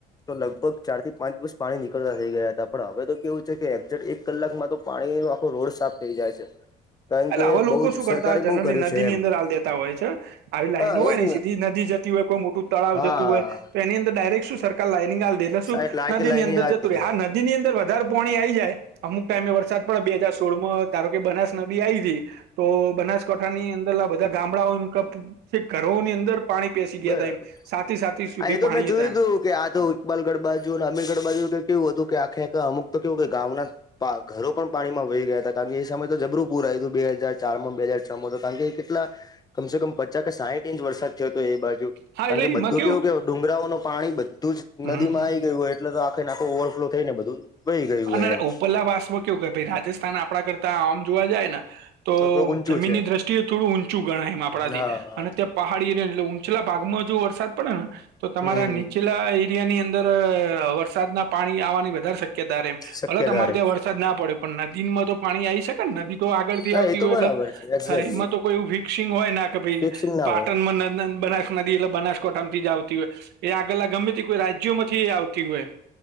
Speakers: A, on the left; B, on the right.
A: તો લગભગ ચાર થી પાંચ વર્ષ પાણી નીકળતા થઈ ગયા હતા પણ હવે તો કેવું છે કે એક કલાકમાં તો પાણીનો આખો રોડ સાફ થઈ જાય છે કારણ
B: એટલે
A: કે
B: આવા
A: બહુ
B: લોકો
A: જ
B: શું કરતા
A: સરકારે
B: જનરલી
A: બહુ કર્યું
B: નદીની
A: છે એમ
B: અંદર આલ દેતા હોય છે આવી લાઈનો
A: હા
B: હોય
A: એજ
B: ને સીધી નદી જતી હોય કોઈ મોટું તળાવ
A: હા
B: જતું હોય તો એની અંદર ડાયરેક્ટ શું સરકાર કે લાઈનિંગ આલદે એટલે
A: લાઈક
B: શું નદી
A: લાઈને
B: ની અંદર
A: આપી
B: જતું રહે
A: દે
B: હા નદી ની અંદર વધારે પાણી આવી જાય અમુક ટાઈમે વરસાદ પડે બે હજાર સોળમાં ત્યાર કે બનાસ નદી આવીથી તો બનાસ કાઠાની અંદર આ બધા ગામડાઓ એમ છે ઘરોની અંદર પાણી પેસી
A: બરાબર
B: ગયા હતા એમ છાતી છાતી સુધી
A: હા એ
B: પાણી
A: મેં
B: જ
A: જોયું
B: હતા એમ
A: તું તો કે આ દોડ જૂનાગળ બાજુ અને આમેદગદ બાજુ તો કેવું હતું કે આખેખખાલા અમુક તો કેવું કે ઘઉંના ઘરો પણ પાણીમાં વહી ગયા હતા કારણ કે એ સમય તો જબરું પૂર આવયું હતું બે હાજાર ચાર માં બે હાજાર છ માં તો કારણ કે એ કેટલા કમસે કમ પચાસ કે સાહીઠ ઇંચ વરસાદ થયો હતો એ બાજુ
B: હા
A: કારણ
B: એટલે
A: કે બધું
B: એમાં
A: કેવું કે હતું ડુંગરાઓનું પાણી બધું જ
B: કેવું
A: નદી માં આવી ગયું હોય એટલે તો આખે નાખો ઓવરફ્લો થઈ ને બધું વહી ગયું હોય
B: અને
A: એમ
B: ઉપરલા વાસમાં કેવું કેાઈ રાજસ્થાન આપણા કરતા આમ જોવા જાય ને તો
A: થોડુંક ઊંચું
B: જમીનની
A: છે
B: દ્રષ્ટિએ થોડું ઊંચું ગણાય એમ આપણાથી
A: હા
B: અને પહાડી એરિયા એટલે ઊંચલા ભાગમાં જો વરસાદ પડે ને તો તમારા
A: હમ
B: નીચેલા એરિયાની અંદર ત્યારે વરસાદ ના પાણી આવાની વધારે શક્યતા રહે
A: શક્યતા
B: ભલે તમારે
A: રે
B: ત્યાં વર વરસાદ ના પડે પણ નદીમાં તો પાણી આવી શકે ને નદી તો આગળ થી
A: હા
B: આવતી
A: એ તો
B: હોય
A: બરાબર
B: એટલે
A: છે એક્ઝેક્ટલી
B: હા એમાં તો કોઈ એવું ફિક્સિંગ હોય ના કે ભાઈ
A: ફિક્સિંગ ના
B: પાટણમાં
A: હોય
B: બનાસ નદી એટલે બનાસકોઠામાંથી જ આવતી હોય એ આગલા ગમે તે કોઈ રાજ્યોમાંથી એ આવતી હોય